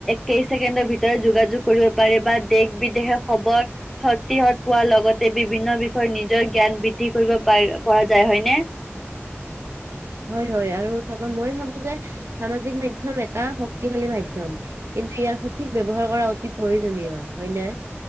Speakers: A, in the centre; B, on the right.
A: কেই ছেকেণ্ডৰ ভিতৰত যোগাযোগ কৰিব পাৰে বা দেশ বিদেশে খবৰ খাতিহত পোৱাৰ লগতে বিভি বিভিন্ন বিষয়ে নিজৰ জ্ঞান বৃদ্ধি কৰিব পাইৰ পৰা যায় হয়নে?
B: হয় হয় আৰু চাবা মই ভাবো যে সামাজিক মাধ্যম এটা শক্তিশালী মাধ্যম কিন্তু ইয়াৰ সঠিক ব্যৱহাৰ কৰা অতি প্ৰয়োজনীয় হয় নে।